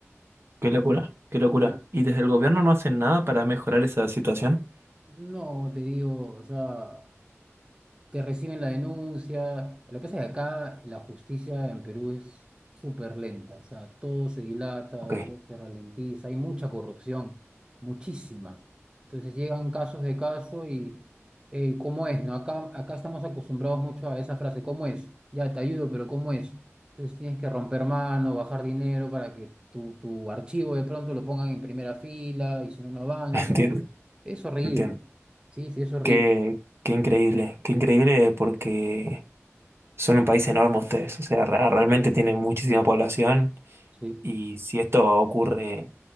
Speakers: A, on the right; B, on the right.
A: Qué locura, qué locura.
B: Sí.
A: ¿Y desde el gobierno no hacen nada para mejorar esa situación?
B: No, te digo, o sea, que reciben la denuncia. Lo que pasa es que acá la justicia en Perú es súper lenta, o sea, todo se dilata,
A: Ok, <laughs>
B: todo se ralentiza, hay mucha corrupción, muchísima. Entonces llegan casos de caso y "Ey, ¿cómo es? ¿No? Acá, acá estamos acostumbrados mucho a esa frase, ¿cómo es? Ya te ayudo, pero ¿cómo es? Entonces tienes que romper mano, bajar dinero para que tu, tu archivo de pronto lo pongan en primera fila y si no, no avanza.
A: entiendo,
B: Es horrible.
A: entiendo.
B: Sí, sí, es horrible.
A: Qué, qué increíble, qué increíble porque son un país enorme ustedes. O sea, ra- realmente tienen muchísima población
B: Sí.
A: y si esto ocurre